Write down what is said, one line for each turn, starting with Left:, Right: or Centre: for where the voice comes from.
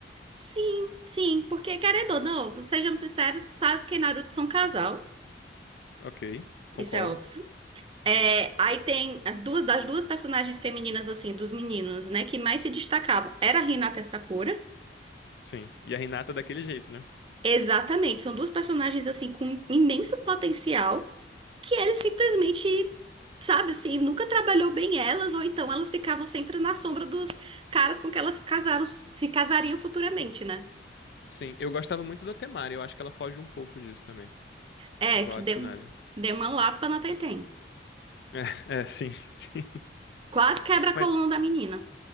Right: Sim, sim, porque, querendo ou não, sejamos sinceros, Sasuke e Naruto são casal.
Left: Ok, concordo.
Right: Isso é óbvio. É, aí tem as duas das duas personagens femininas, assim, dos meninos, né, que mais se destacavam. Era a Hinata e a Sakura.
Left: Sim. E a Hinata daquele jeito, né?
Right: Exatamente, são duas personagens, assim, com im- imenso potencial, que ele simplesmente, sabe, assim, nunca trabalhou bem elas, ou então elas ficavam sempre na sombra dos caras com que elas casaram, se casariam futuramente, né?
Left: Sim, eu gostava muito da Temari, eu acho que ela foge um pouco disso também.
Right: É,
Left: Igual
Right: que
Left: a
Right: deu,
Left: Tsunade.
Right: um-
Left: <laughs>
Right: deu uma lapa na Tenten.
Left: É, é, sim, <laughs> sim.
Right: Quase quebra a
Left: Mas,
Right: coluna da menina.